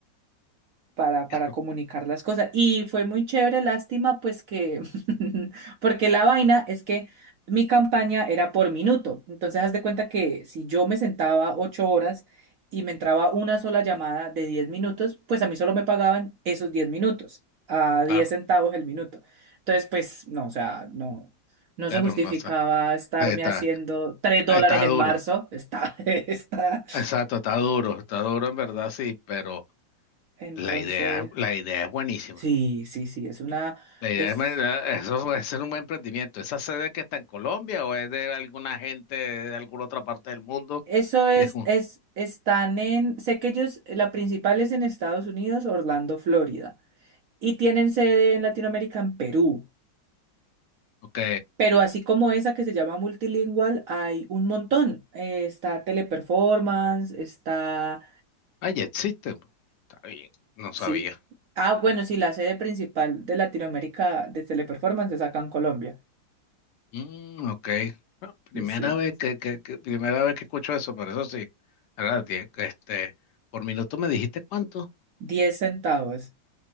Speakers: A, on the right; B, on the left.
A: para, para
B: Perro,
A: comunicar las cosas. Y fue muy chévere, lástima, pues que, <laughs> porque la vaina es que mi campaña era por minuto. Entonces, haz de cuenta que si yo me sentaba ocho horas y me entraba una sola llamada de diez minutos, pues a mí solo me pagaban esos diez minutos, a
B: claro,
A: diez centavos el minuto. Entonces, pues, no, o sea, no. No
B: perro,
A: se justificaba
B: no sé.
A: estarme
B: Está,
A: haciendo tres dólares
B: está
A: en
B: duro,
A: marzo. Está, <laughs> está.
B: exacto, está duro, está duro en verdad, sí, pero
A: Entonces,
B: la idea, es- la idea es buenísima.
A: sí, sí, sí, es una,
B: La idea
A: es
B: es, me- eso puede ser un buen emprendimiento. ¿Esa sede que está en Colombia o es de alguna gente de alguna otra parte del mundo?
A: Eso es,
B: Que es un-
A: es, están en, sé que ellos, la principal es en Estados Unidos, Orlando, Florida, y tienen sede en Latinoamérica, en Perú.
B: ok.
A: Pero así como esa que se llama Multilingual, hay un montón. Eh, está Teleperformance, está,
B: Ah, ya existen. Está bien, no
A: sí.
B: sabía.
A: Ah, bueno, sí, la sede principal de Latinoamérica de Teleperformance es acá en Colombia.
B: Mm, ok. Bueno, primera
A: Sí, sí.
B: vez que, que- que- primera vez que escucho eso, pero eso sí. Ahora, die- Este, por minuto me dijiste cuánto.
A: diez centavos.